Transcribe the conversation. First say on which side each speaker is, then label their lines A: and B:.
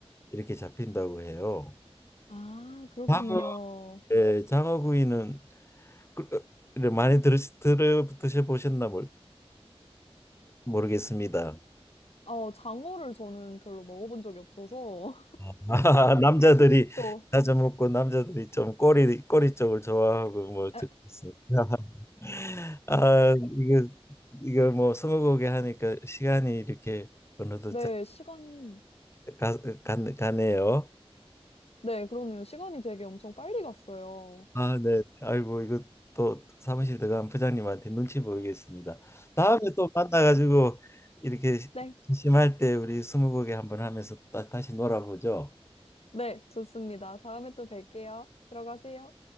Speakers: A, on the left; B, on the left.
A: 이렇게 잡힌다고 해요.
B: 아, 그렇군요.
A: 장어, 예, 장어구이는 그- 를 많이 들으, 들어 드셔 보셨나 모르겠습니다.
B: 어, 장어를 저는 별로 먹어본 적이 없어서.
A: 아, <laughs> 남자들이
B: <laughs> 또,
A: 자주 먹고 남자들이 좀 꼬리 꼬리 쪽을 좋아하고 뭐 듣습니다.
B: 에,
A: <laughs> 아 이거 이거 뭐 스무고개 하니까 시간이 이렇게 어느덧
B: 네,
A: 잘
B: 시간이.
A: 가, 가, 가네요.
B: 네, 그러네요. 시간이 되게 엄청 빨리 갔어요.
A: 아, 네. 아이고, 이거 또 사무실 들어간 부장님한테 눈치 보이겠습니다. 다음에 또 만나가지고 이렇게
B: 네.
A: 심심할 때 우리 스무고개 한번 하면서 따, 다시 놀아보죠.
B: 네, 좋습니다. 다음에 또 뵐게요. 들어가세요.